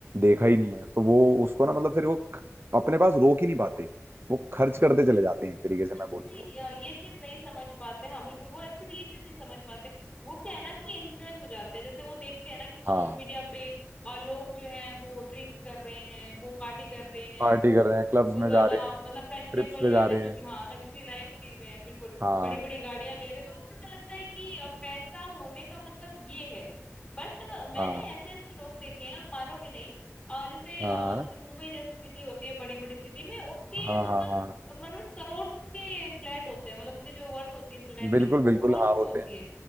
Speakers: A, on the right; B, on the left.
A: देखा ही नहीं है तो वो उसको ना मतलब फिर वो ख- अपने पास रोक ही नहीं पाते वो खर्च करते चले जाते हैं एक तरीके से मैं
B: एक्चुअली
A: बोलूँ तो
B: ये चीज नहीं समझ पाते हाँ बिल्कुल वो एक्चुअली ये चीज नहीं समझ पाते वो क्या है ना कि इन्फ्लुएंस हो जाते हैं जैसे वो देखते हैं ना कि सोशल
A: हाँ
B: मीडिया पे अ, लोग जो हैं वो ड्रिंक्स कर रहे हैं वो पार्टी कर रहे हैं
A: पार्टी
B: वो
A: कर रहे हैं क्लब्स
B: बहुत
A: में
B: ज्यादा
A: जा रहे हैं
B: मतलब फैशनेबल
A: ट्रिप्स पे
B: या
A: जा
B: लग्जरी
A: रहे हैं
B: हाँ लग्जरी लाइफ जी रहे हैं बिल्कुल
A: हाँ
B: बड़ी बड़ी गाड़ियां ले रहे हैं तो उनको ऐसा लगता है कि अ, पैसा होने का मतलब ये है बट मैंने
A: हाँ
B: ऐसे ऐसे लोग देखे हैं आप मानोगे नहीं अ, जैसे
A: हाँ
B: अ,
A: हाँ
B: जैसे मुंबई जैसी सिटी होती है बड़ी बड़ी सिटी में उसके
A: हाँ
B: मतलब
A: हाँ हाँ हाँ।
B: अब मानो करोड़ के फ्लैट होते हैं मतलब उनके जो वर्थ होती है फ्लैट
A: बिल्कुल
B: की वो
A: बिल्कुल
B: करोड़
A: हाँ
B: में
A: होते
B: होती
A: हैं
B: है